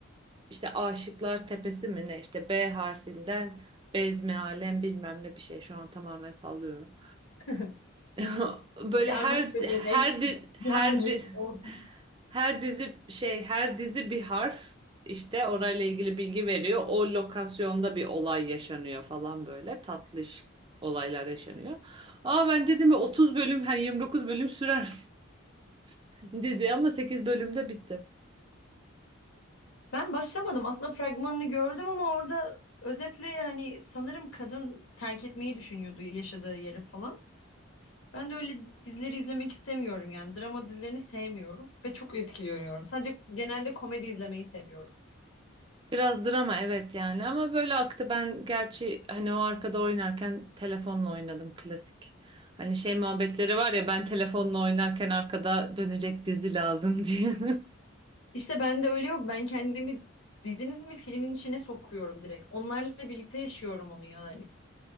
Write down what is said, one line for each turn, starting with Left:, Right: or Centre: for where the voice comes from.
Right: işte Aşıklar Tepesi mi ne? İşte B harfinden Bezmi Alem bilmem ne bir şey. Şu an tamamen sallıyorum.
Left: <laughs>
Right: <laughs> Böyle
Left: Bir
Right: her
Left: Arnavut bebek,
Right: her di- her
Left: Cihangir
Right: di-
Left: olsun.
Right: <laughs> her dizi şey her dizi bir harf işte orayla ilgili bilgi veriyor. O lokasyonda bir olay yaşanıyor falan böyle tatlış olaylar yaşanıyor. Aa ben dedim ya 30 bölüm hani 29 bölüm sürer <laughs> dizi ama 8 bölümde bitti.
Left: Ben başlamadım. Aslında fragmanını gördüm ama orada özetle hani sanırım kadın terk etmeyi düşünüyordu yaşadığı yeri falan. Ben de öyle dizileri izlemek istemiyorum yani. Drama dizilerini sevmiyorum ve çok etkiliyorum. Sadece genelde komedi izlemeyi seviyorum.
Right: Biraz drama evet yani ama böyle aktı ben gerçi hani o arkada oynarken telefonla oynadım klasik. Hani şey muhabbetleri var ya ben telefonla oynarken arkada dönecek dizi lazım diye.
Left: İşte ben de öyle yok. Ben kendimi dizinin ve filmin içine sokuyorum direkt. Onlarla birlikte yaşıyorum onu yani.